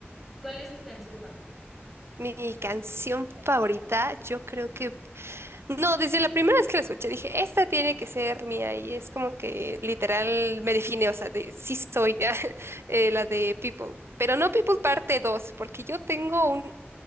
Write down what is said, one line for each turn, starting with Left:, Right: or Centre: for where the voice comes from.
Centre: ¿Cuál es tu canción, fa?
Right: Mi canción favorita, yo creo que No, desde la primera vez que la escuché dije, esta tiene que ser mía y es como que literal me define, o sea, de sí soy <laughs> eh, la de People, pero no People parte 2 porque yo tengo un